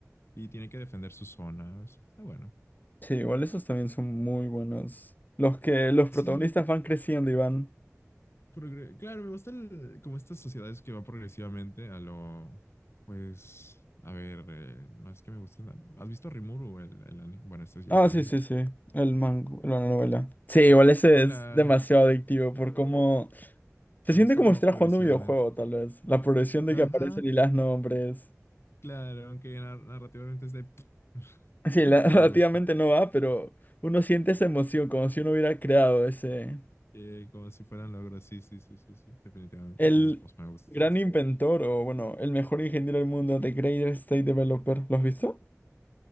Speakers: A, on the left; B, on the left.
A: y tiene que defender sus zonas. Está bueno.
B: Sí, igual esos también son muy buenos. Los que los
A: Sí,
B: protagonistas van creciendo y van.
A: Progre- claro, me gustan como estas sociedades que van progresivamente a lo, pues, a ver, eh, no es que me gusten. ¿Has visto Rimuru, el, el anime? Bueno, esto ya
B: Ah,
A: es anime.
B: sí, sí, sí. El mango, la novela. Sí, igual ese
A: Claro,
B: es demasiado adictivo por cómo. Se
A: me
B: siente
A: gusta
B: como
A: como
B: si estuvieras
A: progresivamente.
B: jugando un videojuego, tal vez. La progresión de
A: Ajá,
B: que aparecen y las nombres.
A: claro, aunque nar- narrativamente es de... <laughs>
B: Sí, la-
A: pero
B: <laughs> relativamente
A: me gusta.
B: no va, pero uno siente esa emoción, como si uno hubiera creado ese.
A: Eh, como si fueran logros, sí, sí, sí, sí, sí, definitivamente.
B: El
A: Entonces, pues me gusta
B: gran
A: eso.
B: inventor, o bueno, el mejor ingeniero del mundo, The Greatest State Developer. ¿Lo has visto?